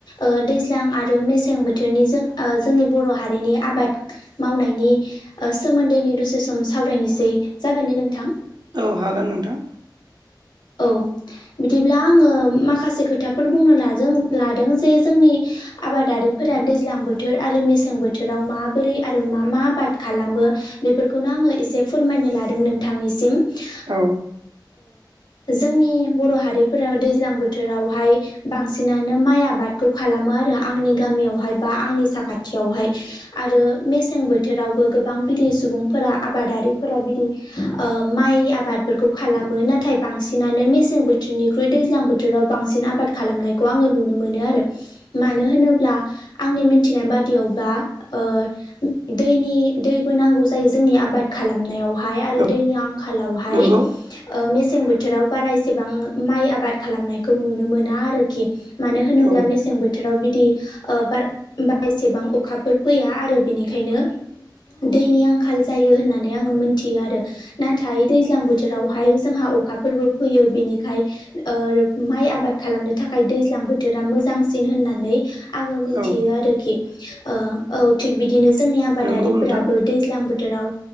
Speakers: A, on the left; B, on the right.
A: ओ दैज्लां आरो मेसें बोथोरनि जों ओ जोंनि बर' बर हारिनि आबाद मावनायनि ओ सोमोन्दैनो दसे सम सावरायनोसै जागोन ने नोंथां।
B: औव हागोन नोंथां।
A: औव बिदिब्ला आङो माखासे खोथाफोर बुंनो लाजों लादों जे जोंनि आबादारि फोरा दैज्लां बोथोर आरो मेसें बोथोराव माबोरै आरो मा मा आबाद खालामो बेफोरखौनो आं ङो एसे फोरमायनो लादों नोंथांनिसिम ।।
B: औ
A: जोंनि बर' हारिफोरा दैज्लां बोथोरावहाय बांसिनानो माइ आबादखौ खाला मो आरो आंनि गामियावहाय बा आंनि साखाथियावहाय आरो मेसें बोथोरावबो गोबां। बिदि सुबुंफोरा आबादारिफोरा बिदि ओ माइ आबादफोरखौ खालामो नाथाय। बांसिनानो मेसें बोथोरनिख्रुइ दैज्लां बोथोराव बांसिन आबाद खालामनायखौ आङो नुनो मोनो आरो। मानो होनोब्ला आंनि मिथिनाय बादियावबा ओ दैनि दै बो नांगौ जायो आबाद खालामनायावहाय आरो
B: औ
A: दैनि आंखालावहाय
B: नंगौ
A: ओ मेसें बो थोराव बाराएसेबां माइ आबाद खालामनायखौ नुनो मोना आरोखि मानो होनोब्ला
B: औ
A: मेसें बोथो राव बिदि ओ बार बारा एसेबां अखाफोर फैया आरो बिनिखायनो दैनि आंखाल जायो होननानै आङो मोनथियो आरो नाथाय दैज्लां बोथोरावहाय जोंहा अखा फोरबो फैयो बेनिखाय ओ माइ आबाद खालामनो थाखाय दैज्लां बोथोरा मोजांसिन होन नानै आङो मोनथियो
B: औ
A: आरोखि ओ औ थिग बिदिनो जोंनि आबादारिफोराबो
B: नंगौ नोंथां
A: दैज्लां बोथोराव